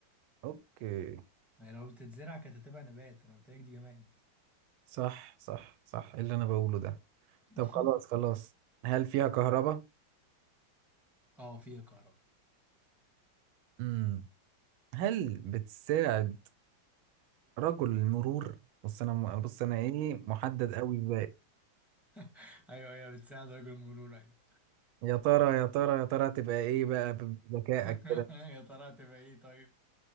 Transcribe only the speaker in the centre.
ما هي لو بتتزرع كانت هتبقى نبات أنا قلت لك دي جماد
<laughs>
أه فيها كهرباء
<laughs> أيوه أيوه بتساعد رجل المرور أيوه
<laughs>
يا ترى هتبقى ايه طيب